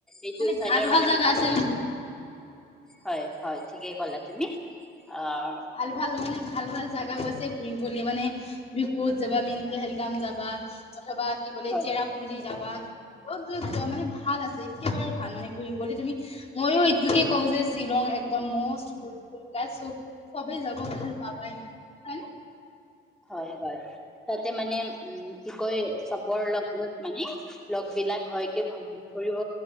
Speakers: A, in the centre; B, on the left.
A: এইটো
B: মানে
A: চাইডৰ
B: ভাল ভাল
A: মানে
B: জাগা
A: বেছি
B: আছে
A: হয় হয় ঠিকেই ক'লা তুমি, আহ
B: ভাল, ভাল মানে ভাল ভাল জাগাও আছে। ফুৰিবলৈ মানে, তুমি ক'ত যাবা মিনি পেহেলগাম যাবা, অথবা কি বোলে
A: হয়
B: চেৰা পুঞ্জি যাবা, ক'ত যোৱা যোৱা মানে ভাল আছে একেবাৰে ভাল মানে ঘূৰিবলৈ তুমি মইয়ো এইটোকে কওঁ যে শ্বিলং একদম মষ্ট বিউটিফুল প্লেচ চবেই যাব ভাল পাবাই মানে। হয়নে
A: হয় হয়, তাতে মানে উম, কি কয় চবৰ লগত মানে লগ বিলাক হয় কি <unintelligible> ফুৰিব